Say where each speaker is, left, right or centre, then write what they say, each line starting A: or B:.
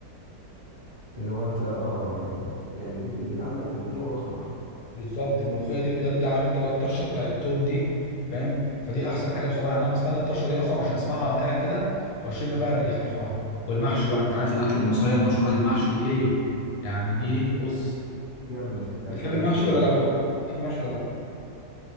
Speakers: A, on the left; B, on the left.
A: اللي هو انت اه آه، يعني البيت البيت عندك في الملوخية هو رقم واحد
B: بالظبط الملوخيه دي بجد عارف انت بقى الطشه بتاعت التوم دي فاهم فدي احسن حاجه بصراحه يعني انا بستنى الطشه دي اصلا عشان اسمعها وانا قاعد كده واشم بقى الريحه بصراحه والمحشي بقى انت عارف الاكل المصريه المشهوره دي المحشي دي ايه يعني دي بص
A: جامدة يعني
B: بتحب
A: بتبقى
B: المحشي
A: جامدة جامدة
B: ولا لا بقى
A: قوي
B: بتحب المحشي ولا لا